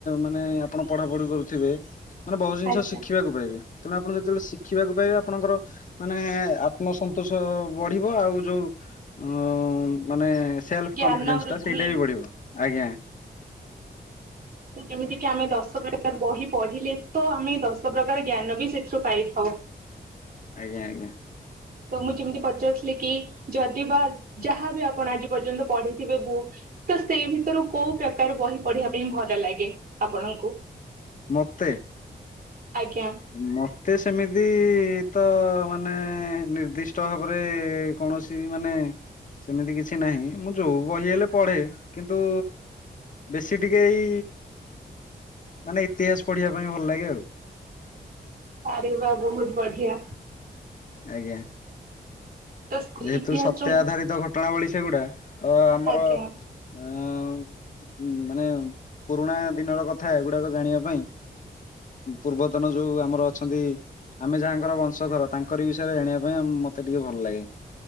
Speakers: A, on the left (about 50°); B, on the right (about 60°).
A: ମାନେ ଆପଣ ପଢାପଢି କରୁଥିବେ। ମାନେ ବହୁତ ଜିନିଷ
B: ଆଜ୍ଞା
A: ଶିଖିବାକୁ ପାଇବେ। ତେଣୁ ଆପଣ ଯେତେବେଳେ ଶିଖିବାକୁ ପାଇବେ ଆପଣଙ୍କର। ମାନେ ଆତ୍ମସନ୍ତୋଷ ବଢିବ। ଆଉ ଯୋଉ ଅ ମାନେ। ସେଲ୍ଫ
B: ଜ୍ଞାନ
A: କନଫିଡେନ୍ସଟା
B: ବୃଦ୍ଧି
A: ସେଇଟା ବି ବଢିବ। ଆଜ୍ଞା।
B: ତ ଯେମିତିକି ଆମେ ଦଶ ପ୍ରକାର ବହି ପଢିଲେତ ଆମେ ଦଶ ପ୍ରକାର ଜ୍ଞାନ ବି ସେଥିରୁ ପାଇଥାଉ।
A: ଆଜ୍ଞା ଆଜ୍ଞା।
B: ତ ମୁଁ ଯେମିତି ପଚାରୁଥିଲି କି, ଯଦି ବା ଯାହାବି ଆପଣ ଆଜି ପର୍ଯ୍ୟନ୍ତ ପଢିଥିବେ ବୁକ୍। ତ ସେଇ ଭିତରୁ କୋଉ ପ୍ରକାର ବହି ପଢିବା ପାଇଁ ଭଲ ଲାଗେ ଆପଣଙ୍କୁ?
A: ମତେ?
B: ଆଜ୍ଞା।
A: ମତେ ସେମିତି ତ ମାନେ ନିର୍ଦ୍ଦିଷ୍ଟ ଭାବରେ କୌଣସି। ତିମାନେ ସେମିତି କିଛି ନାହିଁ, ମୁଁ ଯୋଉ ବହି ହେଲେ ପଢେ, କିନ୍ତୁ ବେଶୀ ଟିକେ ଏଇ ମାନେ ଇତିହାସ ପଢିବା ପାଇଁ ଭଲ ଲାଗେ ଆଉ।
B: ଆରେ ବା ବହୁତ୍ ବଢିଆ।
A: ଆଜ୍ଞା,
B: ତ
A: ଯେହେତୁ
B: ଇତିହାସ
A: ସତ୍ୟ ଆଧାରିତ ଘଟ। ଟଣାବଳି ସେଗୁଡା, ତ ଆମର।
B: ଆଜ୍ଞା
A: ଆଁ ମାନେ ପୁରୁଣା ଦିନର କଥା, ଏଗୁଡାକ ଜାଣିବା ପାଇଁ। ପୂର୍ବତନ ଯୋଉ ଆମର ଅଛନ୍ତି, ଆମେ ଯାହାଙ୍କର ବଂଶଧର ତାଙ୍କ। ଙ୍କରି ବିଷୟରେ ଜାଣିବା ପାଇଁ ମତେ ଟିକେ ଭଲ ଲାଗେ,